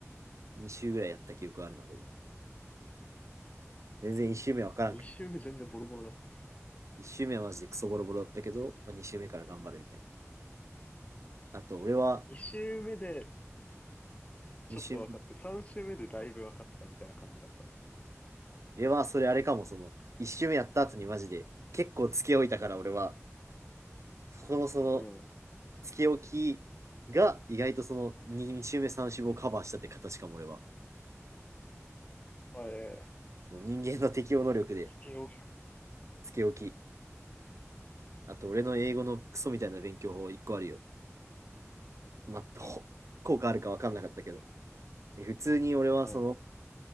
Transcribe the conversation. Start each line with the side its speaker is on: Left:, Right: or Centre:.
Right: 2週ぐらいやった記憶あるな、でも。全然1週目わからん
Left: 2週目全然ボロボロだった。
Right: 1周目はマジでクソボロボロだったけど、まあ、2周目から頑張るみたいな。あと、俺は
Left: 2週目で、ちょっと分かって、
Right: 2周目。
Left: 3周目でだいぶ分かったみたいな感じだったの
Right: 俺はそれあれかも、その、1周目やった後にマジで、結構つけ置いたから俺は、そこのその、
Left: うん、
Right: つけ置きが意外とその 2, 周目3周目をカバーしたって形かも俺は。
Left: あえ
Right: その人間の適応能力で
Left: ー、スピンオフ、
Right: つけ置き。あと、俺の英語のクソみたいな勉強法1個あるよ。まあ、
Left: 何
Right: 効果あるか分かんなかったけど。普通に俺はその、
Left: うん、